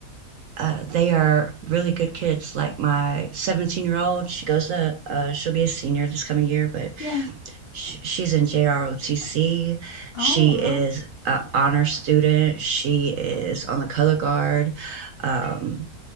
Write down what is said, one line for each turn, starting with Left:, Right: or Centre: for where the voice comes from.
Right: uh, they are really good kids, like, my 17-year-old, she goes to, uh she'll be a senior this coming year, but
Left: Yeah.
Right: sh- she's in JROTC.
Left: Oh
Right: She
Left: wow.
Right: is an honor student. She is on the color guard. Um,